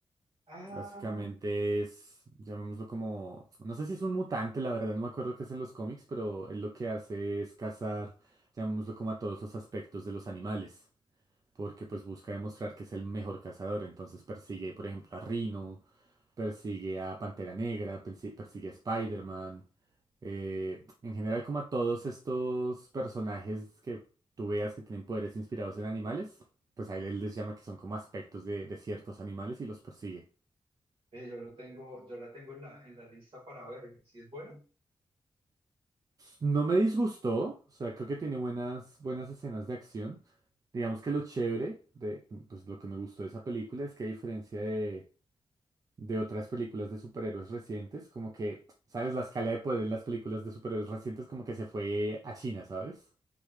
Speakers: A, on the right; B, on the right.
A: Ah,
B: que básicamente es, llamémoslo como, no sé si es un mutante, la verdad no me acuerdo qué es en los cómics, pero él lo que hace es cazar, llamémoslo como a todos los aspectos de los animales, porque pues busca demostrar que es el mejor cazador, entonces persigue, por ejemplo, a Rhino, persigue a Pantera Negra, persi- persigue a Spider-Man, eh, en general como a todos estos personajes que tú veas que tienen poderes inspirados en animales, pues a él, él les llama que son como aspectos de de ciertos animales y los persigue.
A: eh, yo lo tengo, yo la tengo en la, en la lista para ver. ¿Si es buena?
B: No me disgustó, o sea, creo que tiene buenas, buenas escenas de acción. Digamos que lo chévere de, pues lo que me gustó de esa película es que a diferencia de, de otras películas de superhéroes recientes, como que, ¿sabes? La escala de poder en las películas de superhéroes recientes como que se fue a China, ¿sabes?